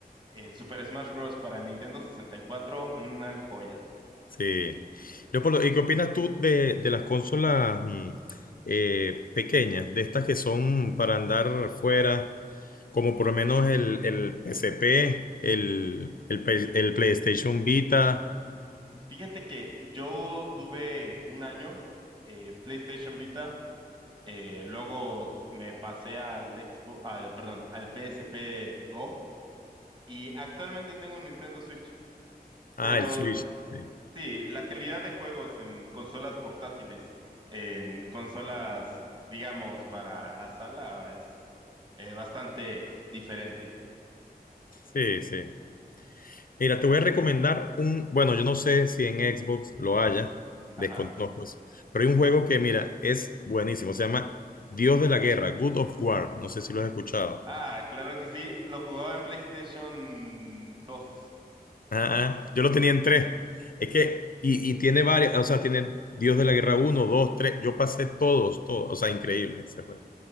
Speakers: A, on the right; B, on the left.
A: El Super Smash Bros. para Nintendo sesenta y cuatro, una joya.
B: Sí. Leopoldo, ¿y qué opinas tú de, de las consolas mm, eh, pequeñas, de estas que son para andar fuera, como por lo menos el, el PSP, el, el, Play- el PlayStation Vita?
A: Fíjate que yo tuve un año eh, PlayStation Vita, eh, luego me pasé al Xbox, al, perdón, al PSP Go y actualmente tengo un Nintendo Switch.
B: Ah,
A: Pero
B: el Switch. Sí,
A: sí, la calidad de juegos en consolas portátiles, en consolas, digamos, para la sala es eh, bastante diferente.
B: sí, sí. Mira, te voy a recomendar un, bueno, yo no sé si en Xbox lo haya,
A: Ajá.
B: desconozco eso, pero hay un juego que, mira, es buenísimo, se llama Dios de la Guerra, God of War, no sé si lo has escuchado.
A: Ah, claro que sí, lo jugaba en PlayStation 2.
B: Ah, ah, yo lo tenía en tres. Es que, y, y tiene varias, o sea, tiene Dios de la Guerra uno, 2, 3. yo pasé todos, todos, o sea, increíble ese juego.